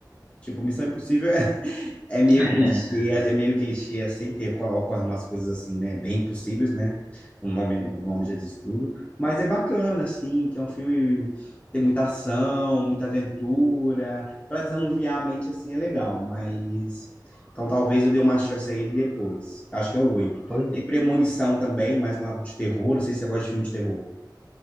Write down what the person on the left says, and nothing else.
tipo, Missão Impossível é é meio
clichê, é meio clichê assim, porque oco- ocorrem umas coisas assim, né, bem impossíveis, né? O nome, o nome já diz tudo, mas é bacana assim, porque é um filme tem muita ação, muita aventura, para desanuviar a mente assim é legal, mas então talvez eu dê uma chance a ele depois. Acho que é o oito.
Tem
Premonição também, mais um lado de terror, não sei se você gosta de filme de terror.